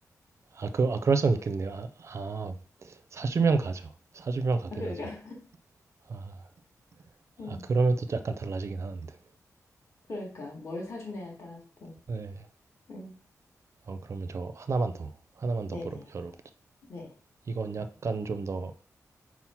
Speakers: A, on the right; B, on the left.
A: 아, 그, 아, 그럴 수는 있겠네요. 아, 아, 사주면 가죠. 사주면 가긴
B: 아, 그러니까.
A: 하죠. 아,
B: 응,
A: 아, 그러면 또 약간 달라지긴 하는데.
B: 그러니까, 뭘 사주냐에 따라서 또.
A: 네.
B: 네.
A: 어, 그러면 저 하나만 더, 하나만 더
B: 네네.
A: 물어, 여러분.
B: 네.
A: 이건 약간 좀 더